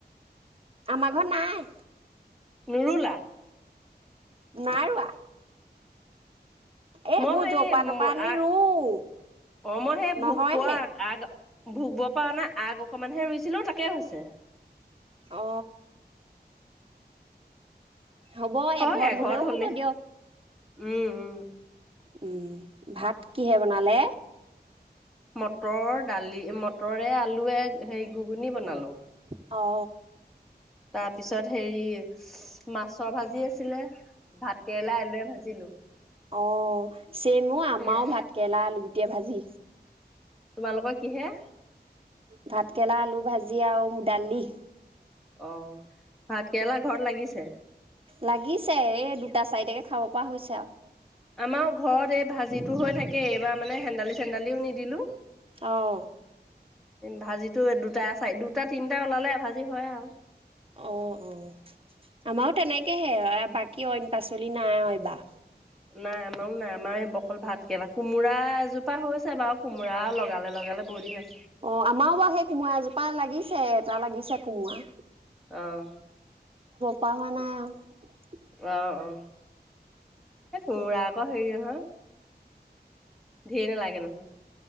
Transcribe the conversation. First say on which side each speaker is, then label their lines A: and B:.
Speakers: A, on the right; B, in the centre.
A: আমাৰ ঘৰ নাই
B: নোৰুলা
A: নাই ৰোৱা এইবোৰ
B: মই সেই
A: জপা তপা আনি
B: আ
A: ৰুওঁ
B: অ মই সেই
A: নহয়হে
B: ভোগ পোৱা আগ ভুগব পা অনা আগ অকমানহে ৰুইছিলো তাকে হৈছে
A: অ হ'ব
B: হয়
A: একঘৰত
B: এঘৰত
A: হলেও
B: হলে
A: হ'ব দিয়ক
B: উম উম
A: উম ভাত কিহে বনালে
B: মটৰত দালি মটৰে আলুয়ে হেৰি ঘুগুনি বনালো
A: অ
B: তাৰপিছত হেৰি হুছ্ মাছৰ ভাজি আছিলে ভাত কেৰেলা আলুৱে ভাজিলো
A: অ চেম অ আমাও
B: সেয়াই
A: ভাতকেৰেলা আলু গুটিয়ে ভাজি
B: তোমালোকৰ কিহে
A: ভাতকেলা আলু ভাজি আও দালি
B: অ ভাতকেৰেলা ঘৰত লাগিছে
A: লাগিছে এ দুটা চাৰিটাকে খাব পৰা হৈছে আও
B: <unintelligible> ঘৰত এই ভাজি টো হৈ থাকে কেই এইবাৰ মানে চেন্দালি চেন্দালিও নিদিলো।
A: অঁ।
B: ভাজিটো দুটা চাৰ দুটা তিনিটা ওলালে এভাজি হয় আৰু।
A: অঁ, অ' আমাৰো তেনেকেহে বাকী অইন পাচলি নাই আৰু এবাৰ।
B: নাই আমাৰো নাই আমাৰ এই বকল ভাত কেলা কোমোৰা এযোপ <unintelligible> হৈছে বাৰু কোমোৰা লগালে লগালে বহুত দিন আছে।
A: অঁ আমাৰো বাৰু সেই কোমোৰা এজোপা কপা লাগিছে এটা লাগিছে কোমুৰা।
B: অঁ।
A: <unintelligible> হোৱা নাই আৰু।
B: অঁ অঁ এই কোমোৰা আকৌ হেৰি নহয়। ধেৰি নালাগে নহয়।